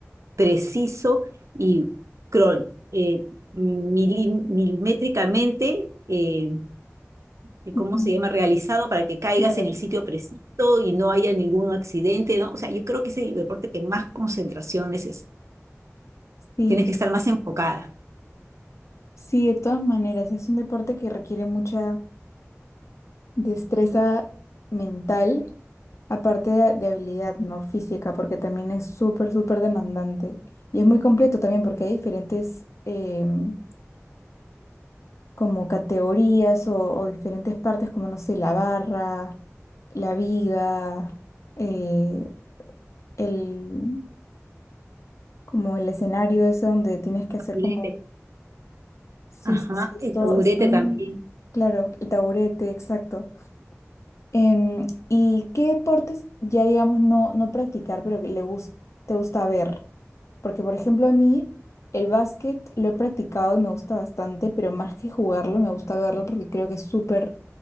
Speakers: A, on the right; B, on the left.
A: preciso y cron- eh, mili- milimétricamente, eh, eh,
B: Ujú.
A: ¿cómo se llama? Realizado para que caigas
B: Claro.
A: en el sitio preciso y no haya ningún accidente, ¿no? O sea, yo creo que es el deporte que más concentración es.
B: Sí,
A: Tienes que estar más enfocada.
B: sí, de todas maneras, es un deporte que requiere mucha destreza mental, aparte de, de habilidad, ¿no? Física, porque también es súper, súper demandante. Y es muy completo también porque hay diferentes em, como categorías o, o diferentes partes como, no sé, la barra, la viga, eh, el, como el escenario ese donde tienes que hacer
A: Taburete.
B: como... Sí,
A: Ajá,
B: sí, sí,
A: el
B: esto,
A: taburete
B: esto- mm,
A: también.
B: claro, el taburete, exacto. Em, ¿y qué deportes ya digamos no, no practicar, pero que le gus- te gusta ver? Porque, por ejemplo, a mí el básquet lo he practicado y me gusta bastante, pero más que jugarlo, me gusta verlo porque creo que es súper